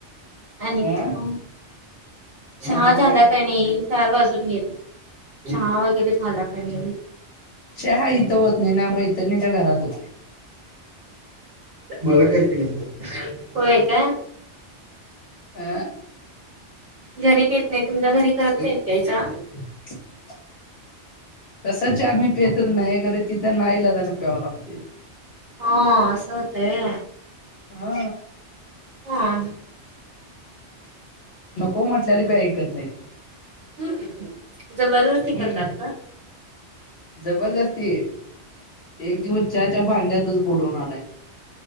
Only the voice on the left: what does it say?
हा
आणि
काय
चहा इथं होत नाही ना. मैत्रिणीच्या घरात होतय.
अ?
<inaudible> तसा चहा मी पेतच नाही, खरं तिथं नाईलाजान प्यावं लागतय.
हा
नको म्हटल्याले बी ऐकत नाहीत.
हम्म
जबरदस्ती! एक दिवस चहाच्या भांड्यातच बुडवणार आहे.